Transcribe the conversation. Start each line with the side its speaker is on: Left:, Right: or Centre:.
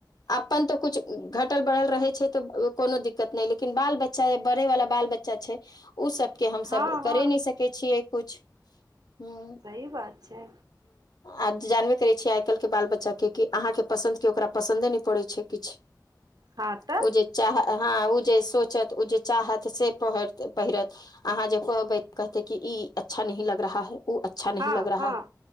Left: अपन तऽ कुछ घटल बढ़ल रहे छै तऽ कोनो दिक्कत नहि लेकिन बाल बच्चा बढ़ैय वला बाल बच्चा छै <inaudible> ओ सब के हमसब
Right: हँ हँ
Left: करै नहि सकै छियै कुछ हम्म
Right: सी बात छै
Left: आ जानबे करै छियै आइ काल्हिके बाल बच्चाके की अहाँके पसन्द के ओकरा पसन्दे नहि पड़ै छै किछ
Right: हँ तऽ
Left: ओ जे चाह हाँ ओ जे सोचत ओ जे चाहत से पढ़त पहिरत अहाँ जे कहबै कहतै की इ अच्छा नहीं लग रहा है उ अच्छा नह
Right: हँ
Left: लग रहा
Right: हँ
Left: है